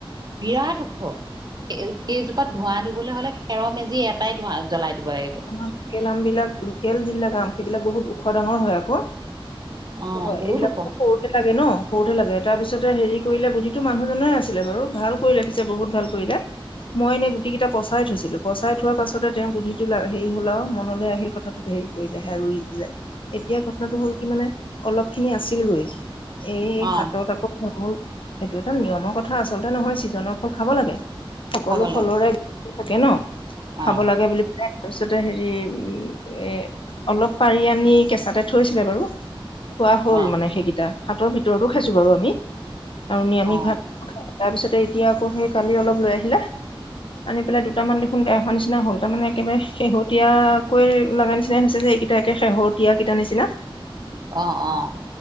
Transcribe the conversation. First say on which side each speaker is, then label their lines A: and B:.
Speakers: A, on the right; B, on the left.
A: বিৰাট ওখ সেইজোপাত ধোঁৱা দিবলৈ হলে খেৰৰ মেজি যি এটাই ধ জ্বলাই দিব লাগিব
B: আমাৰ লোকেল আম বিলাক, লোকেল যিবিলাক আম সেইবিলাক বহুত ওখ ডাঙৰ হয় আ। ক
A: অ
B: হয়
A: বহুত
B: এইবিলাক
A: ওখ
B: খুব সৰুতে লাগে ন সৰুতে লাগে তাৰ পিছত তাৰ পিছতে হেৰি কৰিলে বুদ্ধিটো মানুহজনেৰে আছিলে বাৰু ভাল কৰিলে পিছে বহুত ভাল কৰিলে মই এনে গুটি কেইটা পচাই থৈছিলো পচাই থোৱাৰ পাছতে তেওঁ বুধি হেৰি হলাও মনলৈ আহিল কথাটোত হেৰি কৰিলে হে ৰুই দিলে এতিয়া ঘটনাটো হ'ল কি মানে অলপ খিনি আছিলগৈ এই
A: অ
B: হাতত আকৌ মোৰ এইটো এটা নিয়মৰ কথা আচলতে নহয় ছিজনৰ ফল খাব লাগে। সকলো
A: খাব
B: ফলৰে
A: লাগে
B: থাকে ন খাব
A: অ
B: লাগে বুলি পেলাই তাৰপিছতে হেৰি উ এ অলপ পাৰি আনি কেঁচাতে থৈছিলে বাৰু খোৱা হ'ল
A: অ
B: মানে সেইকেইটা হাতৰ ভিতৰতো খাইছো বাৰু আমি আৰু নিৰামিষ
A: অ
B: ভাত তাৰপিছতে এতিয়া আকৌ সেই কালি অলপ লৈ আহিলা আনি পেলাই দুটামান দেখোন বেয়া হোৱা নিচিনা হ'ল তাৰমান একেবাৰে শেহতীয়াকৈ লগা নিচিনাই হৈছে যে এইকেইটা একে শেহতীয়াকেইটা নিচিনা
A: আহ আহ